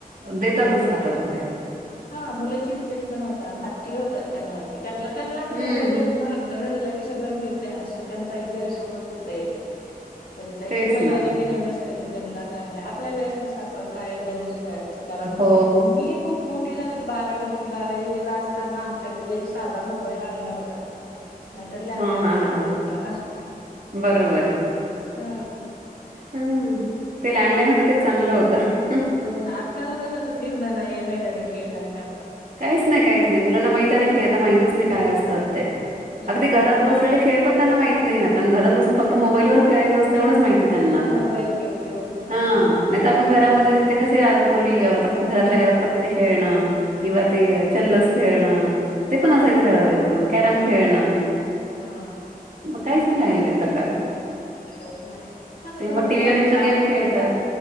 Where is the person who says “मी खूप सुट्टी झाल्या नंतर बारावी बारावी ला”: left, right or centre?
Left